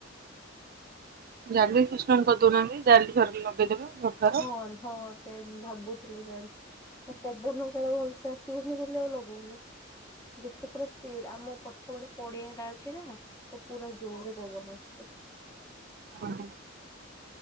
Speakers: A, on the right; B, on the left.
A: ଜାଲି ସିଷ୍ଟମ କରିଦଉନାହାନ୍ତି ଜାଲି <unintelligible> ଲଗେଇଦେବେ। ଝରକାର।
B: ହଁ ହଁ ସେଇଆ ଆଜି ମୁଁ ଭାବୁଥିଲି ଜାଣିଛି ପବନ ଗୁଡାକ ଭଲସେ ଆସିବନି ବୋଲି ମୁଁ ଲଗଉନି। ଯେତେ ପୁରା ସ୍ପିଡ ଆମ ପଛ ପଟେ ପଡିଆଟା ଅଛି ନା। ହେଟା ପୁରା ଜୋରେ ପବନ ଆସୁଛି।
A: ଓହୋ।